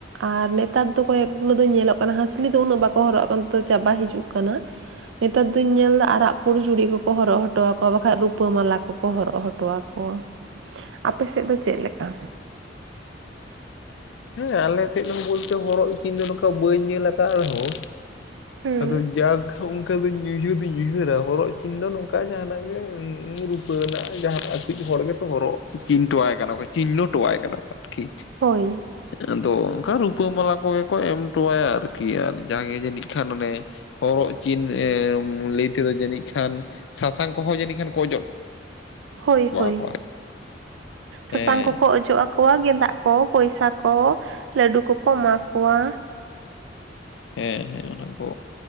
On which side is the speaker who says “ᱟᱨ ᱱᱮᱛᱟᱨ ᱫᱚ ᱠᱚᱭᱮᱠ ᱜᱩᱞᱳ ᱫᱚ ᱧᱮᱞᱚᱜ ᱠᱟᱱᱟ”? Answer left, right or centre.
Right